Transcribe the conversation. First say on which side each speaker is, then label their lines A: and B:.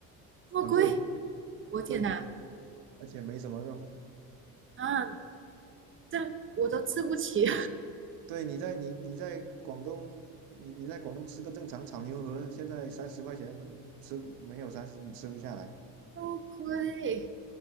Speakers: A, on the right (about 35°); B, on the right (about 80°).
A: 这么贵，
B: 很贵，
A: 我天哪！
B: 对，而且没什么肉。
A: 啊，这样我都吃不起，
B: 对，你在你你在广东，你你在广东吃个正常炒牛河，现在三十块钱吃不没有三十你吃不下来。
A: <laughs> 这么贵，